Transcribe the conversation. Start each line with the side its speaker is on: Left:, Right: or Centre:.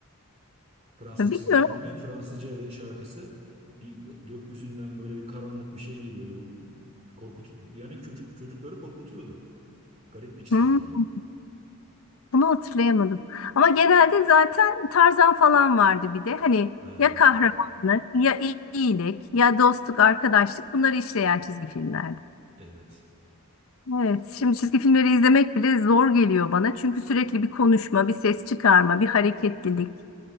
Right: Fransız
Left: Ya, Bilmiyorum.
Right: çizgi filmi. Fransızca ile şarkısı. Bir gökyüzünden böyle bir karanlık bir şey geliyordu. Bu korkut yani çocuk çocukları korkutuyordu. Garip bir çizgi
Left: Hmm,
Right: filmdi.
Left: bunu hatırlayamadım. Ama genelde zaten Tarzan falan vardı bir de. Hani
Right: Evet
Left: ya kahramanlık,
Right: evet.
Left: ya iyilik, ya dostluk, arkadaşlık bunları işleyen çizgi filmlerdi.
Right: Evet.
Left: Evet, şimdi çizgi filmleri izlemek bile zor geliyor bana. Çünkü sürekli bir konuşma, bir ses çıkarma, bir hareketlilik.